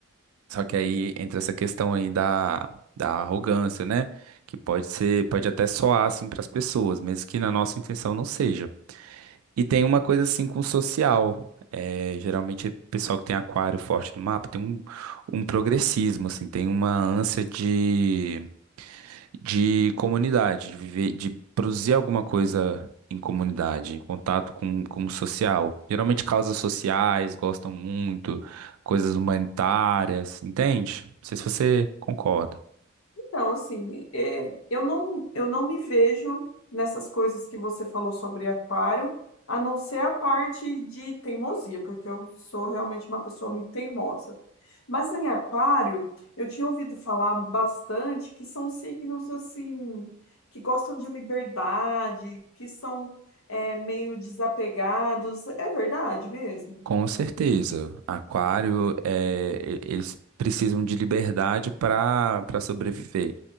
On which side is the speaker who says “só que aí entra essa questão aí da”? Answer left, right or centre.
Right